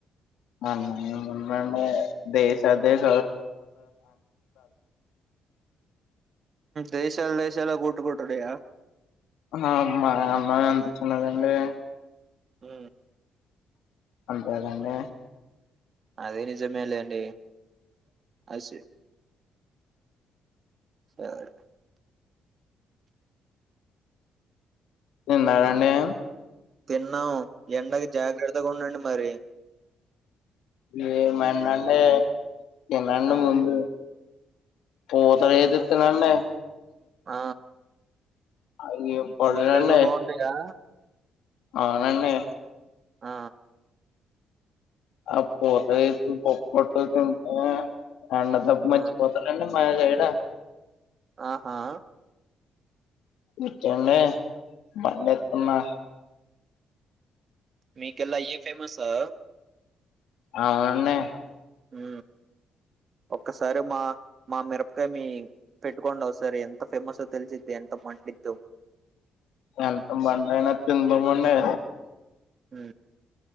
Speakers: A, on the left (about 80°); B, on the right (about 45°).
A: అన్న ఏముంది అండి దేశ దేశ
B: దేశాల్ దేశాలే కొట్టుకుంటాన్నయ్య
A: ఆ మా అన్న ఎంత చిన్నదండి
B: హు
A: అ కదండీ
B: అది నిజమే లేండి అసి సరే
A: ఉన్నారండి
B: పన్ ఎండకి జాగ్రత్త ఉత్తగా ఉండండి మరి
A: ఏమంటంే వినండి
B: ఆ
A: ముందు పోత ఏదిస్తనండి
B: ఆ
A: అయి పొడలండి
B: పూతరేకులు బాగుంటాయా
A: అవునండి
B: ఆ
A: ఆ పూతరేకులు పప్పాటుకొన్ని తింటే అండ తప్పు మర్చిపోతారండి
B: ఆ
A: మనది ఏడ
B: ఆహా
A: ఇచ్చేయండి బండిస్తున్న
B: మీకెల్లి అయ్యో ఫేమస్ ఆ
A: అవునండి
B: ఉ ఒక్కసారి మా మా మిరపకాయ మీ పెట్టుకోండి ఒకసారి ఎంత ఫేమస్సో తెలిసిద్ది ఎంత మండిదో
A: ఎంత మండిన తిందామడి
B: ఊ